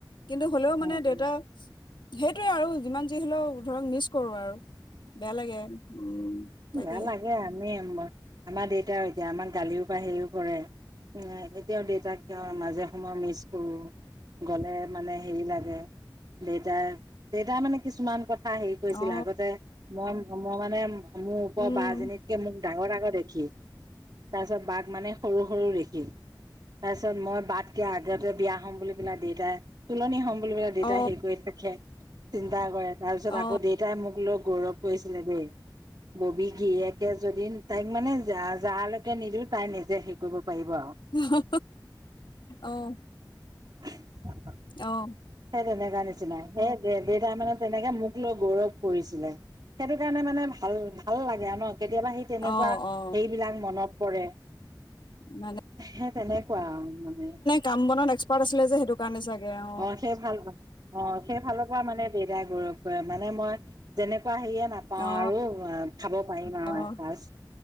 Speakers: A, on the left; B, on the right.
A: কিন্তু হ'লেও
B: উম
A: মানে দেউতা-
B: উম
A: সেইটোৱে আৰু, যিমান যি হ'লেও ধৰক মিছ কৰোঁ আৰু। বেয়া লাগে উম, তাকে।
B: বেয়া লাগে আমি আম- আমাৰ দেউতাও এতিয়া আমাক গালিও পা হেৰিও কৰে। এতিয়াও দেউতাক মাজে সময় মিছ কৰোঁ। গ'লে মানে হেৰি লাগে। দেউতাই- দেউতাৰ মানে কিছুমান কথা হেৰি কৰিছিলে
A: অ
B: আগতে, মই- মই মানে মোৰ ওপৰৰ
A: উম
B: বাজনীত কে মোক ডাঙৰ ডাঙৰ দেখি। তাৰ পিছত বাক মানে সৰু সৰু দেখি। তাৰপিছত মই বাতকে আগতে বিয়া হ'ম বুলি পেলাই দেউতাই তুলনি হম বুলি প দেউতাই
A: অ
B: হেৰি কৰি থাকে, চিন্তা কৰে। তাৰ পিছত
A: অ
B: আকৌ দেউতাই মোক লৈ গৌৰৱ কৰিছিলে দেই। ববী গিৰিয়েকে যদি তাইক মানে যা- যালৈকে নিদিলেও, তাই নিজে সেই কৰিব পাৰিব আৰু।
A: হঁ-হঁ-হঁ অ'।
B: অ
A: অ'।
B: সেই তেনেকা নিচিনাই। সেই দে- দেউতাই মানে তেনেকে মোক লৈ গৌৰৱ কৰিছিলে। সেইটো কাৰণে মানে ভাল- ভাল লাগে আৰু ন', কেতিয়াবা সে তেনেকুৱা
A: অ অ
B: এইবিলাক মনত পৰে।
A: মানে
B: সেই তেনেকুৱা মানে।
A: কাম-বনত এক্সপাৰ্ট আছিলে যে সেইটো কাৰণে চাগে অ'।
B: অ' সেই ভাল অ' সেই ফালৰ পৰা মানে দেউতাই গৌৰৱ কৰে, মানে মই যেনেকুৱা হেৰিয়ে নাপাওঁ
A: অ
B: আৰু, খাব পাৰিম আৰু
A: অ
B: এসাঁজ।